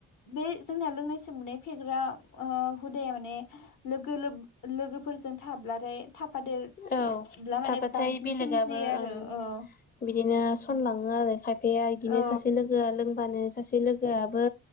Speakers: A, on the left; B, on the left.
A: बे जोंनाया लोंनायसो मोननाय फेग्रा हुदाया माने लोगो लोगोफोरजों थाब्लाथाय थाफादेर
B: औ
A: ब्ला माने
B: थाबाथाय
A: बांसिन
B: बेलेगाबो
A: सोमजियो आरो
B: ओं
A: अ'।
B: बिदिनो सनलाङो आरो खायफाया बिदिनो
A: औ
B: सासे लोगोआ लों होमबानो सासे लोगोआबो